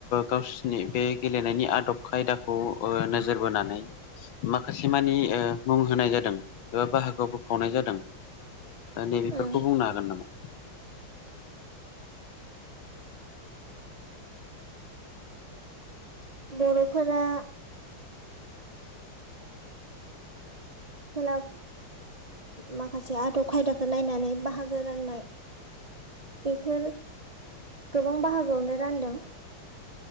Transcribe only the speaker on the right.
उम
बर'फोरा खेला माखासे आदब खायदा खो नायनानै बाहागो राननाय बेफोर गोबां बाहागोआवनो रानदों